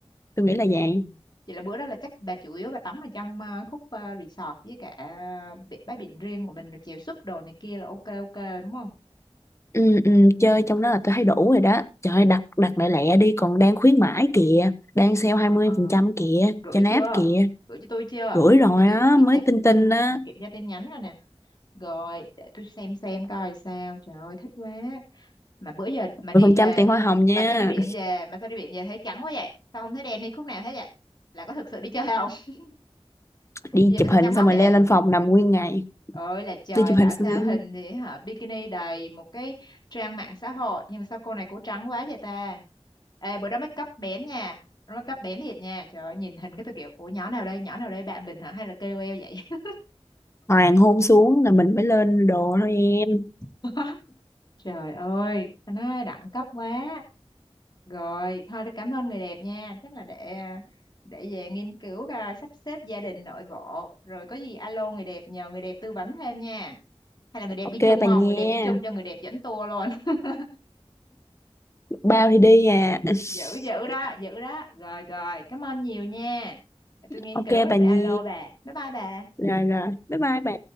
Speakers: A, on the left; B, on the left.
A: tôi nghĩ
B: Ừ.
A: là vậy
B: Vậy là bữa đó là chắc bà chủ yếu bà tắm ở trong ờ, khúc ờ, resort với cả bi- bãi biển riêng của mình rồi chèo súp đồ này kia là ok ok đúng không?
A: Ừ, ừ, chơi trong đó là tôi thấy đủ rồi đó trời ơi, đặt đặt lại lẹ đi còn đang khuyến mãi kìa đang sale hai
B: Ờ
A: mươi
B: ờ
A: phần trăm kìa
B: gửi
A: cho náp
B: chưa?
A: kìa
B: Gửi cho tôi chưa?
A: gửi
B: Để
A: rồi
B: tôi tôi
A: đó
B: cái
A: mới
B: check
A: tin
B: tin
A: tin á
B: kiểm tra tin nhắn rồi nè. Rồi để tôi xem xem coi sao. Trời ơi thích quá. Mà bữa giờ mà đi về
A: trăm tiền hoa hồng nha
B: mà sao đi biển về mà sao đi biển về thấy trắng quá vậy? Sao không thấy đen đi khúc nào hết vậy? Là có thực sự đi chơi không? <laughs>
A: <laughs> đi
B: Bây giờ
A: chụp
B: mà sao
A: hình
B: trắng bóc
A: xong rồi
B: vậy?
A: leo lên phòng nằm nguyên ngày
B: ơi là trời
A: đi chụp
B: bảo
A: hình xong
B: sao
A: rồi
B: hình thì hả bikini đầy một cái trang mạng xã hội nhưng mà sao cô này cổ trắng quá vậy ta Ê, bữa đó make up bén nha bữa đó make up bén thiệt nha trời ơi nhìn hình cái tôi kiểu ủa nhỏ nào đây nhỏ nào đây bạn mình hả hay là kêu KOL vậy
A: hoàng hôn xuống là mình mới lên đồ thôi em
B: <laughs> trời ơi ta nói đẳng cấp quá rồi thôi tôi cảm ơn người đẹp nha chắc là để à, để về nghiên cứu coi sắp xếp gia đình nội bộ rồi có gì alo người đẹp nhờ người đẹp tư vấn thêm nha hay là người đẹp
A: ok
B: đi chung
A: bà
B: không
A: nha
B: người đẹp đi chung cho người đẹp dẫn tour luôn <laughs>
A: bao thì đi à
B: dữ
A: <laughs>
B: dữ đó dữ đó rồi rồi cảm ơn nhiều nha tôi nghiên
A: ok
B: cứu rồi
A: bà
B: tôi
A: nha
B: alo bà bye bye bà
A: rồi rồi bye bye bà